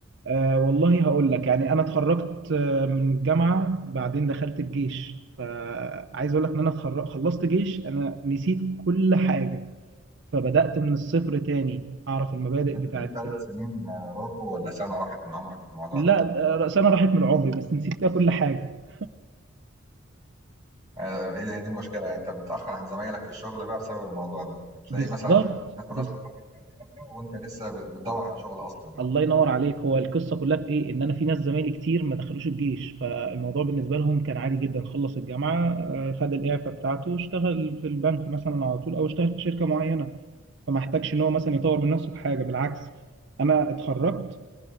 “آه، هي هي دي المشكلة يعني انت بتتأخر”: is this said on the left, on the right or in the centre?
Right